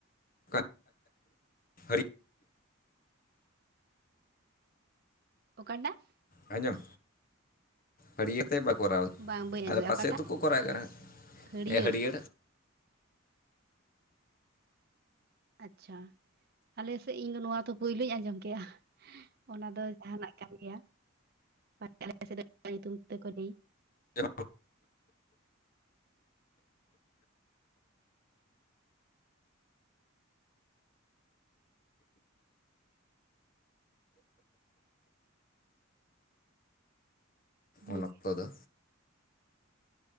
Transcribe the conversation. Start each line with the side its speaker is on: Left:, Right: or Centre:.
Left: ᱠᱟᱱ ᱦᱟᱹᱲᱭᱟᱹᱨ
Right: ᱚᱠᱟᱴᱟᱜ?
Left: ᱟᱡᱚᱢ, ᱦᱟᱹᱲᱭᱟᱹ ᱛᱮ ᱵᱟ ᱠᱚᱨᱟᱣ
Right: ᱵᱟᱝ ᱵᱟᱹᱧ ᱟᱸᱡᱚᱢ
Left: ᱟᱫᱚ
Right: ᱞᱮᱫᱼᱟ
Left: ᱯᱟᱥᱮᱡ
Right: ᱚᱠᱟᱴᱟᱜ
Left: ᱫᱚᱠᱚ ᱠᱚᱨᱟᱣ ᱠᱟᱱᱟ
Right: ᱦᱟᱹᱲᱭᱟᱹᱨ
Left: ᱦᱮ ᱦᱟᱹᱲᱭᱟᱲ
Right: ᱟᱪᱪᱷᱟ᱾ ᱟᱞᱮ ᱥᱮᱫ ᱤᱧ ᱫᱚ ᱱᱚᱣᱟ ᱫᱚ ᱯᱳᱭᱞᱳᱧ ᱟᱸᱡᱚᱢ ᱠᱮᱜᱼᱟ ᱾ ᱚᱱᱟ ᱫᱚ ᱡᱟᱦᱟᱱᱟᱜ ᱠᱟᱱ ᱜᱮᱭᱟ᱾ <unintelligible> ᱛᱮᱠᱚ ᱞᱟᱹᱭ
Left: <unintelligible>
Right: ᱦᱳᱭ
Left: ᱩᱱ ᱚᱠᱛᱚ ᱫᱚ᱾